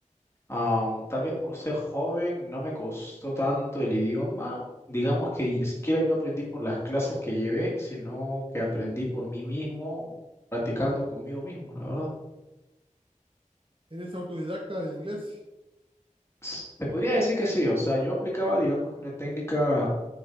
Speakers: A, on the left; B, on the right.
A: Am, tal vez por ser joven no me costó tanto el idioma. Digamos que ni siquiera yo aprendí por las clases que llevé, sino que aprendí por mí mismo, practicando conmigo mismo, la verdad.
B: Eres autodidacta del inglés.
A: Se podría decir que sí, o sea, yo aplicaba, digamos que una técnica